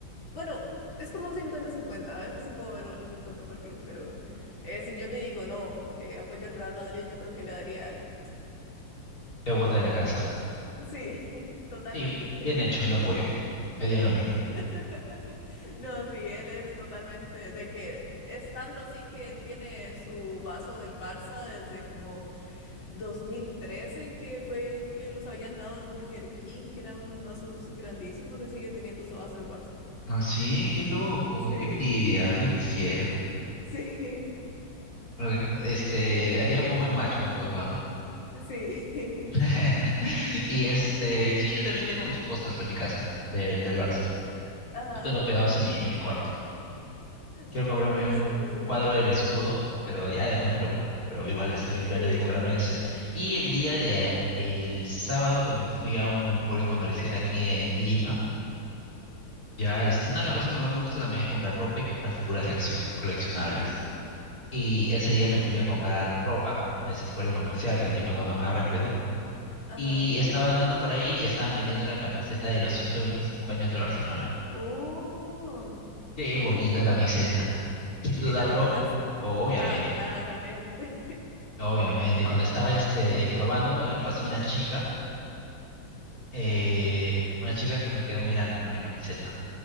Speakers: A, on the left; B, on the left.
A: Bueno, es como un cincuenta-cincuenta. A veces sí puedo ver un- algún que otro partido, pero eh, si yo le digo no, eh, apoyo al Real Madrid, yo creo que le daría algo.
B: Pegota de la casa.
A: Sí, <laughs> totalmente.
B: Sí, bien hecho, lo apoyo. Haría lo mismo.
A: <laughs> No, sí, él es totalmente de que es tanto así que él tiene su vaso del Barça desde como 2013, que fue que los habían dado en Burger King, que eran unos vasos grandísimos. Él sigue teniendo su vaso del Barça.
B: Ah, sí, qué loco,
A: Sí,
B: qué envidia, yo quisiera.
A: Sí,
B: Ok, Este, haríamos buen match con tu papá.
A: <laughs> sí.
B: <laughs>
A: <laughs>
B: Y este, sí, yo también tengo mis pósters en mi casa del, del Barça.
A: Ajá.
B: Los tengo pegados en mi, en mi cuarto. Quiero
A: Ok,
B: comprarme un,
A: no, sí.
B: un cuadro del escudo, pero ya después me lo compro. Pero igual estoy en planes
A: Sí.
B: de comprarme ese. Y el día de el sábado que me fui a un emporio comercial aquí en Lima, ya este, una de las cosas que más me gusta también es comprar ropa y comprar figuras de acción coleccionables.
A: Ajá.
B: Y ese día me fui a comprar ropa a ese emporio comercial llamado Gamarra en Perú.
A: Ajá.
B: Y estaba andando por ahí y estaban vendiendo la camiseta de los 125 años del Barcelona.
A: Oh,
B: Qué
A: ok.
B: bonita camiseta. Sin dudarlo,
A: ¿Y te la compraste?
B: obviamente,
A: Ah, claramente.
B: obviamente. Cuando estaba este, probándomelo, pasó una chica, eh, una chica que me quedó mirando con la camiseta